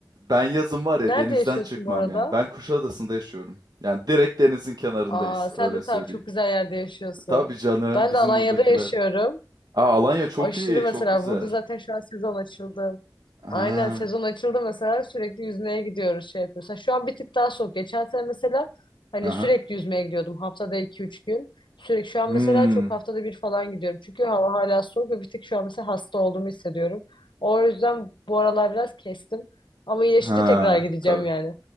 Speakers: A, on the right (about 55°); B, on the left (about 85°).
A: Ben yazın var ya
B: Nerede
A: denizden
B: yaşıyorsun
A: çıkmam
B: bu arada?
A: yani. Ben Kuşadası'nda yaşıyorum. Yani direkt denizin kenarındayız
B: Aa sen
A: öyle
B: de tabii
A: söyleyeyim.
B: çok güzel yerde yaşıyorsun.
A: Tabii canım
B: Ben
A: bizim
B: de Alanya'da
A: buradakiler.
B: yaşıyorum.
A: Aa Alanya çok
B: Aşırı
A: iyi,
B: mesela
A: çok güzel.
B: burada zaten şu an sezon açıldı.
A: Ha,
B: Aynen sezon açıldı mesela sürekli yüzmeye gidiyoruz şey yapıyoruz. Ha, şu an bir tık daha soğuk. Geçen sene mesela hani
A: aha.
B: sürekli yüzmeye gidiyordum haftada iki üç gün. Sürekli şu an
A: Hmm.
B: mesela çok haftada bir falan gidiyorum. Çünkü hava hala soğuk ve bir tık şu an mesela hasta olduğumu hissediyorum. O yüzden bu aralar biraz kestim. Ama iyileşince
A: Ha,
B: tekrar gideceğim
A: tabii.
B: yani.